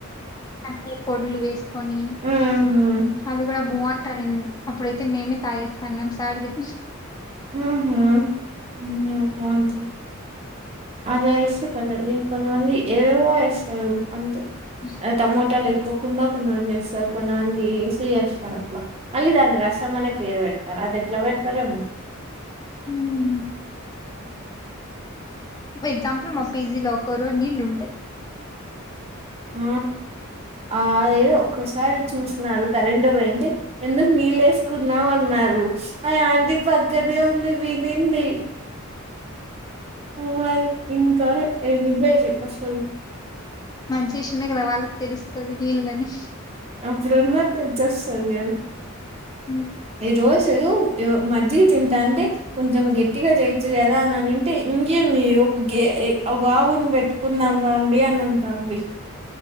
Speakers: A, on the left; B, on the right.
A: అంటే పొడ్లు వేసు కొని
B: ఉహ్మ్
A: అది కూడా బాగుంటానండి అప్పుడైతే మేమే తాగేస్తాన్నాం సార్ది
B: ఊహ్మ్ ఉంన బొంటాది అదేస్తే కాదు ఇ కొంతమంది ఏవోవో ఎస్తారు అంతే
A: ఉ
B: టమోటాలు లేకోకుండా కొంతమంది వస్తారు కొంతమంది వేసి ఎస్తారు అట్లా మళ్ళీ దాన్ని రసం అనే పేరు పెడ్తారు అది ఎట్లా పెడతారో ఎమో
A: మ్మ్
B: ఉ
A: ఎగ్జాంపుల్ మా పజీలో ఒకరు నీళ్ళు ఉంటాయి <inaudible>
B: ఆ ఆ అదేదో ఒక్కసారి చూస్తున్నారు కరెంటు పోయి ఎందుకు నీళ్ళే కున్నామన్నారు ఆ ఆంటీ పక్కనే ఉంది వినింది వాల్ ఇంకా ఎల్లిపోరు అసలు
A: మంచి విషమే కదా వాళ్ళకి తెలుస్తుంది నీళ్ళని
B: అప్పుడైనా తెల్సొస్తది కథ
A: ఉ
B: ఈ రోజు మజ్జిగ తింటా అంటే కొంచెం గట్టిగా చేయచ్చు కదా అనినింటే ఇంకేమి ఒక గే ఒక ఆవును పెట్టుకుందాం రండి అని అంటుంది